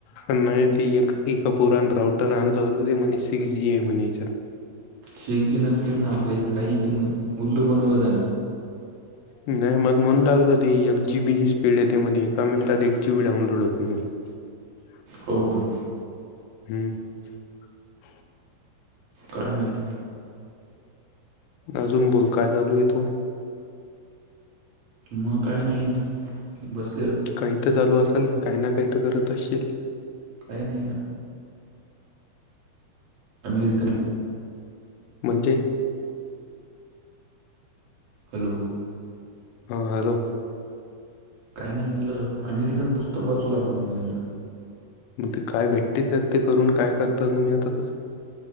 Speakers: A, on the left (about 85°); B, on the right (about 55°).
A: पण नाही ते एक ए पुराण राऊटर आणलं होत, ते म्हणे सिक्स जी आहे,, म्हणे याच्यात.
B: शेखजी नसते ना, आपल्या इथं काहीथून उल्लू बनवलं त्याण.
A: नाही मला मनुन लागलं ते, एक जीबीची स्पीड येते म्हणे, एका मिनिटात एक जी बी डाउनलोड होते म्हणे. <inaudible>
B: हो, का?
A: हम्म,
B: काय माहित.
A: अजून बोल, काय चालू आहे तोव?
B: मग काय नाही बस
A: काही तर चालू असेल, काही ना काही तर करत असशील?
B: काय नाही अमेरिकन
A: म्हणजे?
B: हॅलो,
A: हा हॅलो,
B: काही नाही म्हणलं, अमेरिकन पुस्तक वाचू लागल म्हणलं मी‌.
A: मग ते काय भेटतेत ते करून काय करता तुम्ही आता तसं